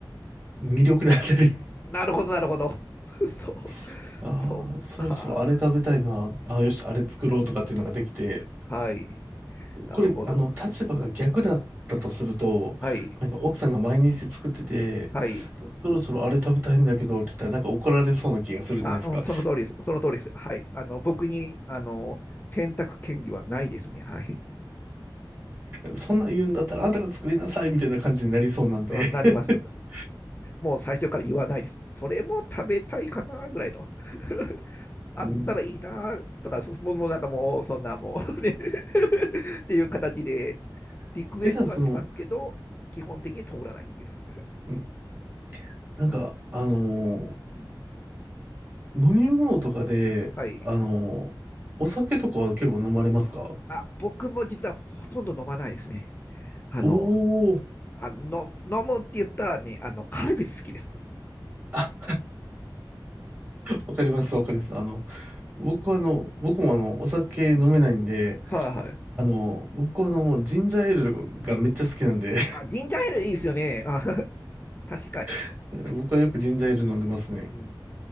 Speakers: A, on the right (about 25°); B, on the left (about 25°).
A: 魅力であったり、
B: なるほど、なるほど。<laughs> そう。
A: <laughs> ああ、
B: そうか。
A: そろそろあれ食べたいな、ああ、よし、あれ作ろうとかっていうのができて、
B: はい。なるほど。
A: これ、あの、立場が逆だったとすると、
B: はい。
A: なんか奥さんが毎日作ってて、
B: はい。
A: そろそろあれ食べたいんだけどって言ったら、なんか怒られそうな気がするじゃないですか。
B: あ、うん、その通りです。その通りです。はい。あの、僕に、あの、選択権利はないですね。はい。
A: そんなん言うんだったらあんたが作りなさいみたいな感じになりそうなんで
B: <laughs> うん、なります。
A: <laughs>
B: もう最初から言わないです。それも食べたいかな、ぐらいの。<laughs> あったらいいな、
A: うん。
B: とか、そもう、もうなんかもう、そんなもう、ね <laughs> っていう形で、
A: <laughs>
B: リクエストはしますけど、
A: え、じゃあその、
B: 基本的に通らないっていうのは。
A: うんなんか、あのー
B: うん。
A: 飲み物とかで、
B: はい。
A: あのーお酒とかは結構飲まれますか
B: あ、僕も実はほとんど飲まないですね。あの、
A: おおー、
B: あの飲むって言ったらね、あの、カルピス好きです。
A: あ、わかります、わかります。あの、僕はあの、僕もあの、お酒飲めないんで、
B: はいはい。
A: あの、僕はあの、ジンジャーエールがめっちゃ好きなんで
B: あ、ジンジャーエールいいですよね。あ、<laughs> 確かに。
A: <laughs> 僕はよくジンジャーエール飲んでますね。
B: うん。